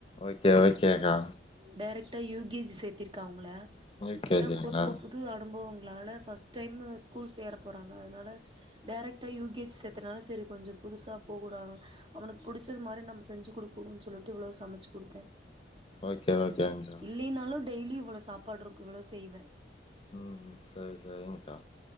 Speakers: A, on the left (about 30°); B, on the right (about 25°).
A: ஓகே ஓகே கா
B: டேரெக்டா யூ கே ஜி சேத்திருக்கா அவங்கள
A: யூ கே
B: இதா
A: ஜி
B: புது
A: ங்களா
B: புது புது அனுபவங்களால ஃபர்ஸ்ட் டைம் ஸ்கூல் சேர போகறாங்க அதுனால டேரெக்டா யூ கே ஜி சேத்துனால சரி கொஞ்சோ புதுசா போகுட அவனுக்கு புடிச்சது மாரி நம்ம செஞ்சு குடுக்கணும்னு சொல்லிட்டு இவ்ளோ சமச்சு குடுத்தே
A: ஓகே ஓகே ங்கா
B: இல்லினாலு டெய்லி இவளோ சாப்பாடு இருக்கு இவ்வளோ செய்வே
A: ம் செரி செரிங்க